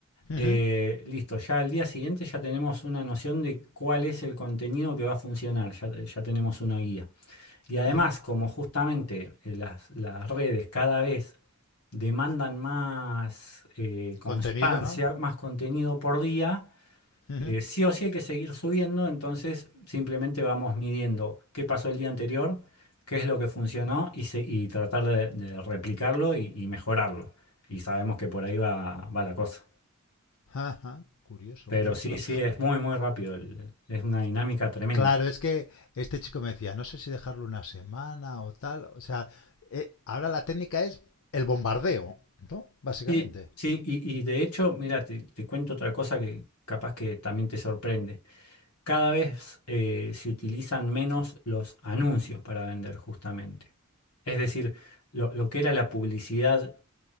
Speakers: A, on the left; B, on the left.
A: ujú,
B: Eh, listo, ya al día siguiente ya tenemos una noción de cuál es el contenido que va a funcionar, ya ya tenemos una guía. Y además,
A: ujú.
B: como justamente eh, las, las redes cada vez demandan más eh, constancia,
A: Contenido, ¿no?
B: más contenido por día,
A: Ujú.
B: eh, sí o sí hay que seguir subiendo, entonces simplemente vamos midiendo qué pasó el día anterior, qué es lo que funcionó y, se- y tratar de, de replicarlo y, y mejorarlo. Y sabemos que por ahí va, va la cosa.
A: Ajá, Curioso,
B: Pero
A: curioso.
B: sí, sí, es muy, muy rápido, el- es una dinámica tremenda.
A: Claro, es que este chico me decía, no sé si dejarlo una semana o tal. O sea, eh, ahora la técnica es el bombardeo, ¿no? Básicamente.
B: Sí, sí, y, y de hecho, mira, te, te cuento otra cosa que capaz que también te sorprende. Cada vez eh, se utilizan menos los anuncios para vender, justamente. Es decir, lo, lo que era la publicidad